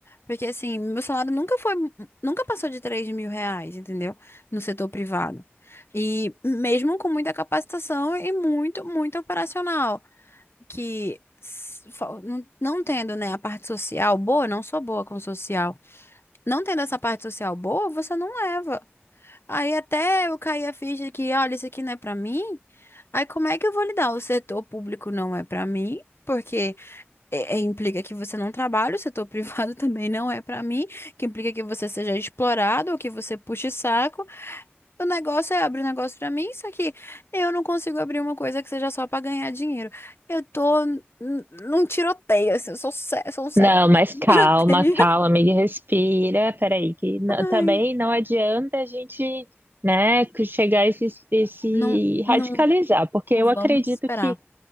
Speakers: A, on the left (about 65°); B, on the right (about 50°).
A: Porque assim, meu salário nunca foi, nunca passou de três mil reais, entendeu? No setor privado. E mesmo com muita capacitação e muito, muito operacional, que s- fa- não não tendo, né, a parte social boa, não sou boa com social. Não tendo essa parte social boa, você não leva. Aí até eu caí a ficha que, olha, isso aqui não é pra mim. Aí como é que eu vou lidar? O setor público não é pra mim, porque é- é- implica que você não trabalha, o setor <laughs> privado também não é pra mim, que implica que você seja explorado ou que você puxe saco. O negócio é abrir um negócio pra mim, só que eu não consigo abrir uma coisa que seja só pra ganhar dinheiro. Eu tô n- n- num tiroteio, assim, eu sou, ce- sou um cego,
B: Não,
A: <laughs>
B: mas calma,
A: tiroteio.
B: calma, amiga, respira. Peraí, que n-
A: Ai,
B: também não adianta a gente, né, que chegar e se, e se
A: não,
B: radicalizar,
A: não,
B: porque
A: não
B: eu
A: vamos
B: acredito
A: desesperar.
B: que